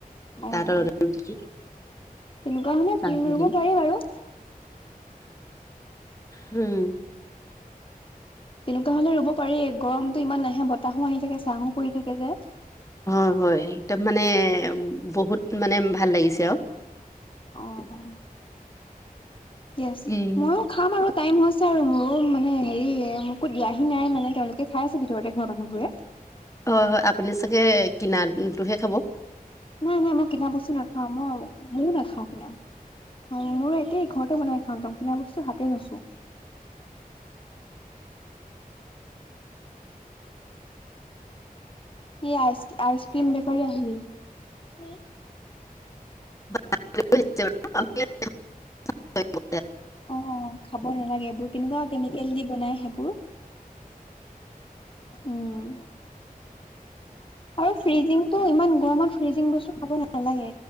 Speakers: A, on the left; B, on the left.
A: অ
B: তাৰ
A: অ
B: তলতে
A: তেনেকুৱা
B: ৰুই থৈছো।
A: হলে
B: চাহ দি
A: ৰুব
B: দিম।
A: পাৰি বাৰু
B: উম
A: তেনেকুৱা হলে ৰুব পাৰি গৰমটো ইমান নাহে বতাহো আহি থাকে ছাঁহো পৰি থাকে যে
B: হয় হয় একদম মানে বহুত মানে ভাল লাগিছে আৰু
A: অ- কি আছে
B: উম।
A: ময়ো খাম আৰু টাইম হৈছে আৰু মোৰো মানে হেৰি একো দিয়াহি নাই মানে তেওঁলোকে খাই আছে ভিতৰতে ঘৰৰ মানুহবোৰে
B: হয় হয় আপুনি চাগে কিনাটোহে খাব?
A: নাই নাই মই কিনা বস্তু নাখাও মই ময়ো নাখাওঁ কিনা। অ মোৰো একেই ঘৰতে বনাই। একদম কিনা বস্তু হাতেই নুচো। এই আইচক্ৰীম বেপাৰী আহিলে।
B: <unintelligible>
A: অঁ খাব নালাগে এইবোৰ কেনেকুৱা কেমিকেল দি বনাই সেইবোৰ। উম। আৰু ফ্ৰিজিংটো ইমান গৰমত ফ্ৰিজিং বস্তু খাব নালাগে।